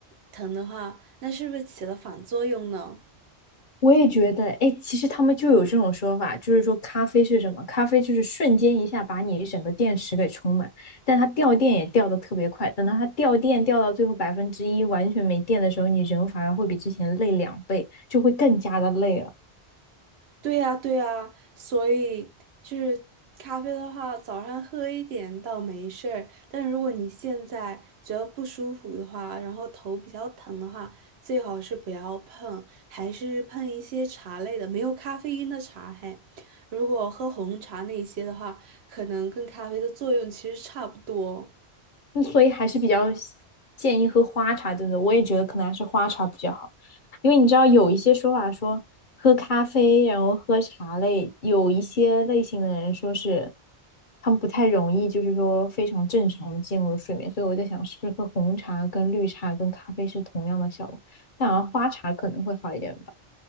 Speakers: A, on the right; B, on the left.
A: 疼的话，那是不是起了反作用呢？
B: 我也觉得，哎，其实他们就有这种说法，就是说咖啡是什么？咖啡就是瞬间一下把你整个电池给充满，但它掉电也掉的特别快。等到它掉电掉到最后百分之一完全没电的时候，你人反而会比之前累两倍，就会更加的累了。
A: 对呀，对呀，所以就是咖啡的话，早上喝一点倒没事儿，但如果你现在觉得不舒服的话，然后头比较疼的话，最好是不要碰，还是碰一些茶类的，没有咖啡因的茶嘿。如果喝红茶那些的话，可能跟咖啡的作用其实差不多。
B: 嗯所以还是比较建议喝花茶，对不对？我也觉得可能还是花茶比较好，因为你知道有一些说法说喝咖啡，然后喝茶类，有一些类型的人说是他们不太容易，就是说非常正常的进入睡眠，所以我在想是不是喝红茶跟绿茶跟咖啡是同样的效果，但好像花茶可能会好一点吧。